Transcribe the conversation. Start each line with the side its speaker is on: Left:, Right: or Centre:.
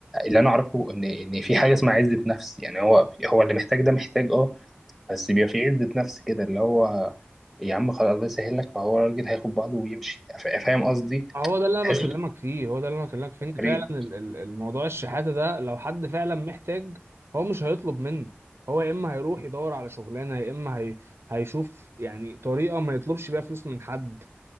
Centre: اللي انا اعرفه ان ان في حاجه اسمها عزه نفس يعني هو هو اللي محتاج ده محتاج اه بس بيبقى في عزه نفس كده اللي هو يا عم خلاص الله يسهل لك فهو الراجل هياخد بعضه ويمشي فا- فاهم قصدي
Right: هو ده اللي
Centre: تحس
Right: انا بكلمك فيه هو ده اللي انا بكلمك فيه ان
Centre: حبيبي
Right: فعلا ال- ال- الموضوع الشحاته ده لو حد فعلا محتاج هو مش هيطلب منك هو يا اما هيروح يدور على شغلانه يا اما هي... هيشوف يعني طريقه ما يطلبش بيها فلوس من حد